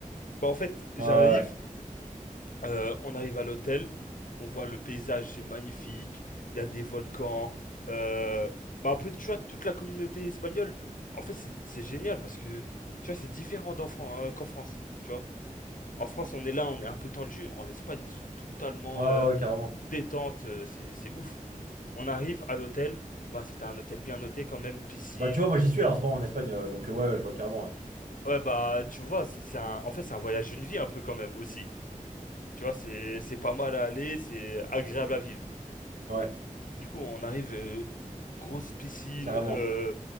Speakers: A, on the left (about 75°); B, on the right (about 75°).
A: Bah, en fait, j'arrive,
B: Ouais, ouais,
A: euh, on arrive à l'hôtel, on voit le paysage, c'est magnifique, il y a des volcans, euh, bah un peu, tu vois, toute la communauté espagnole. En fait, c'est c'est génial parce que, tu vois, c'est différent d'en Fran- euh, qu'en France, tu vois. En France, on est là, on est un peu tendu. En Espagne, ils sont totalement
B: ouais, ouais,
A: euh,
B: ouais, carrément.
A: détente, euh, c'est c'est ouf. On arrive à l'hôtel, bah c'était un hôtel bien noté quand même, piscine.
B: Bah, tu vois, moi, j'y suis là en ce moment en Espagne, euh, donc euh, ouais, ouais, je vois carrément, ouais.
A: Ouais, bah tu vois, c'est c'est un, en fait, c'est un voyage d'une vie un peu quand même aussi. Tu vois, c'est c'est pas mal à aller, c'est agréable à vivre.
B: Ouais,
A: Du coup, on arrive, euh, grosse piscine,
B: carrément.
A: euh,